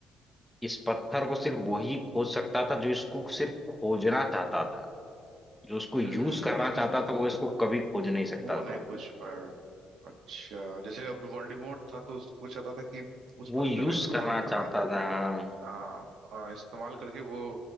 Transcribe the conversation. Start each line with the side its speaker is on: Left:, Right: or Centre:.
Centre: इस पत्थर को सिर्फ वही खोज सकता था जो इसको सिर्फ खोजना चाहता था जो उसको
Right: हम्म
Centre: यूज करना
Right: इसको
Centre: चाहता
Right: इस्तेमाल
Centre: था वो इसको कभी खोज नहीं सकता
Right: वो
Centre: था
Right: नहीं खोज पाया अच्छा जैसे अब वोल्डेमॉर्ट था तो उसको चाहता था कि उस
Centre: वो
Right: पत्थर
Centre: यूज
Right: का इस्तेमाल
Centre: करना
Right: करके
Centre: चाहता था हाँ
Right: हाँ हाँ, इस्तेमाल करके वो